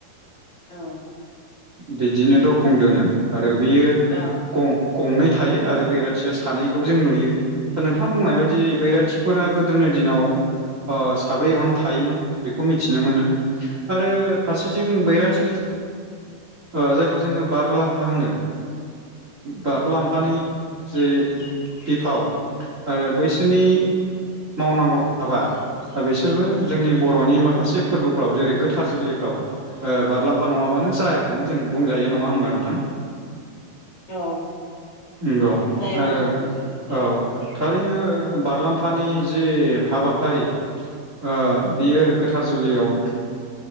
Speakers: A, on the left; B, on the right.
A: औ
B: बिदिनो दरखं दोनो आरो बियो
A: औ
B: गं गंनै थायो आरो बैराथिया सानैखौ जों नुयो दा नोंथां बुंनाय बादि बैराथिफोरा गोदोनि दिनाव ओ साब्रै गाहाम थायोमोन बेखौ मिथिनो मोनो आरो फारसेथिं बैराथि खाथि ओ जायखौ जोंङो ओ बारलाम्फा होनो बारुलाम्फानि जे बिफाव आरो बैसोरनि मावनांगौ हाबा बिसोरबो जोंनि बर'नि माखासे फोरबोफ्राव जेरै गोथार जुलिफ्राव ओ बारलाम अखा नंङा बानो
A: औ
B: जायाखौनो जों बुंजायो नंङा होमबा नोंथां
A: औ
B: नंगौ
A: जायामोन
B: आरो
A: औ
B: औ थारैनो बारलाम्फानि जि हाबाफारि ओ बियो ओ गोथार जुलियाव ओ